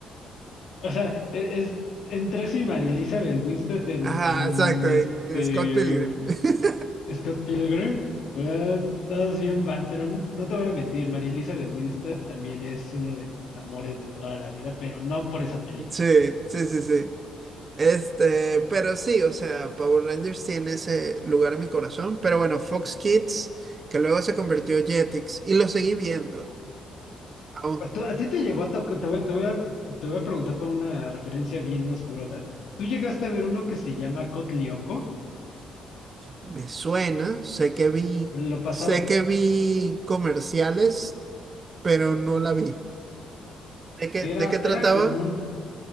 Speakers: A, on the left; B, on the right.
A: O sea, e- es, entre sí Mary Elizabeth Winstead
B: <laughs>
A: en,
B: Ajá,
A: en
B: exacto,
A: este
B: en Scott Pilgrim. <laughs>
A: Scott Pilgrim, pues, todos bien, va- pero n- no te voy a mentir, Mary Elizabeth Winstead también es uno de mis amores de toda la vida, pero no por esa película.
B: Sí, sí, sí, sí. Este, pero sí, o sea, Power Rangers tiene ese lugar en mi corazón, pero bueno, Fox Kids, que luego se convirtió en Jetix, y lo seguí viendo. Aún
A: Pues ¿Tú- a ti te llegó a tocar, te voy, te voy a, te voy a preguntar por una referencia bien oscurota. ¿Tú llegaste a ver uno que se llama Cotlioco?
B: me suena, sé que vi,
A: Lo pasaban,
B: sé que vi comerciales, pero no la vi. ¿De qué,
A: que
B: de
A: era,
B: qué trataba?
A: era como un,